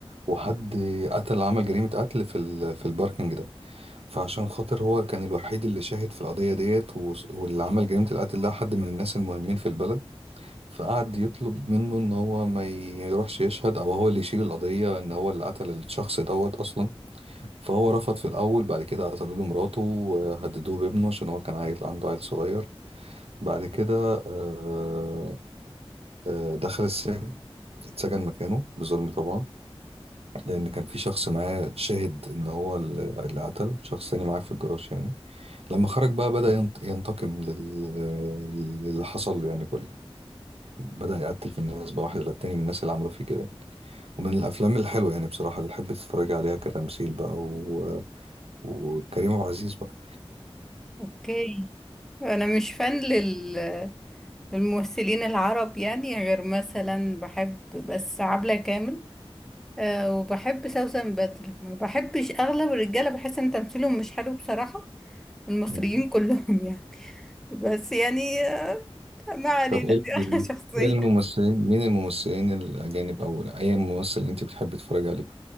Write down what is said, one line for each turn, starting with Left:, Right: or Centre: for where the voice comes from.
Right: وحد قتل عمل جريمة قتل في ال... في الباركنج ده فعشان خاطر هو كان الوحيد اللي شاهد في القضية ديت و... واللي عمل جريمة القتل ده حد من الناس المهمين في البلد فقعد يطلب منه ان هو ما يروحش يشهد او هو اللي يشيل القضية ان هو اللي قتل الشخص دوت اصلا فهو رفض في الاول بعد كده قتلوا له مراته وهددوه بابنه عشان هو كان عيل عنده عيل صغير بعد كده آه، آه، دخل السجن اتسجن مكانه بظلم طبعا لان كان في شخص معاه شاهد ان هو ال- اللي قتل شخص تاني معاه في الجراج يعني لما خرج بقى بدأ ينت- ينتقم لل- للي حصل له يعني كله بدأ يقتل في الناس بقى واحد للتاني من الناس اللي عملوا فيه كده ومن الافلام الحلوه يعني بصراحه اللي تحب تتفرج عليها كتمثيل بقى و... وكريم عبد العزيز بقى
Centre: أوكي أنا مش فان لل... للممثلين العرب يعني غير مثلا بحب بس عبلة كامل آه وبحب سوسن بدر ما بحبش اغلب الرجاله بحس ان تمثيلهم مش حلو بصراحه المصريين
Right: <clears throat>
Centre: كلهم
Right: <laughs>
Centre: يعني بس يعني آه ما علينا
Right: طب ايه
Centre: دي <laughs>
Right: ال-
Centre: أنا شخصيه
Right: إيه الممثلين مين الممثلين الأجانب أو أي ممثل أنت بتحب تتفرج عليه